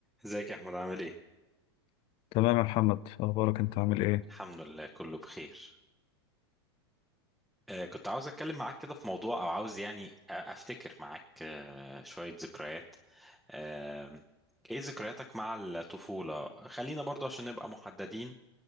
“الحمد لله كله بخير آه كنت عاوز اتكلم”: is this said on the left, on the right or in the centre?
Centre